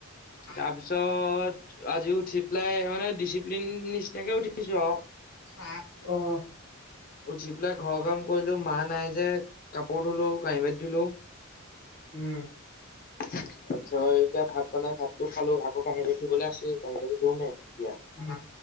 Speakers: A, on the left; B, on the left.
A: অ
B: তাৰপিছত আজি উঠি পেলাই মানে ডিচিপ্লিন নিচিনাকৈয়ে উঠিছো আও।
A: অ' অ'
B: উঠি পেলাই ঘৰৰ কাম কৰিলোঁ মা নাই যে কাপোৰ ধুলোঁ কাঁহি-বাটি ধুলোঁ।
A: উম
B: <inaudible> <unintelligible> তাৰপিছত এতিয়া ভাত বনাই ভাতটো খালোঁ। আকৌ কাঁহী-বাতি ধুবলৈ আছেই কাঁহী-বাতি ধুমহে এতিয়া-
A: উম